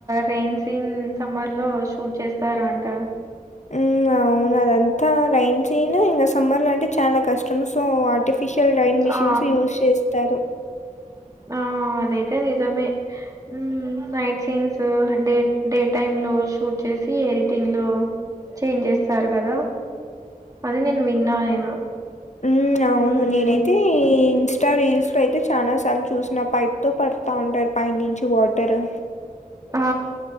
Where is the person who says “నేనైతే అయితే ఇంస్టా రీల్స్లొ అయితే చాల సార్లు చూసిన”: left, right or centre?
Left